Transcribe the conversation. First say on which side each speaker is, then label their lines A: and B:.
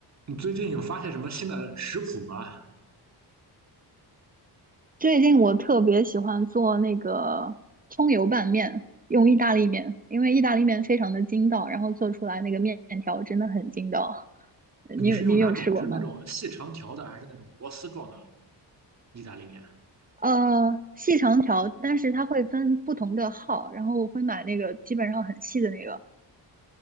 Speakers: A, on the right (about 40°); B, on the right (about 20°).
A: 你最近有发现什么新的食谱吗？
B: 最近我特别喜欢做那个葱油拌面，用意大利面，因为意大利面非常的筋道，然后做出来那个面条真的很筋道。<laughs> 你你有试过吗？
A: 你是用哪种？就是那种细长条的，还是那种螺丝状的意大利面？
B: 呃，细长条，但是它会分不同的号，然后我会买那个基本上很细的那个，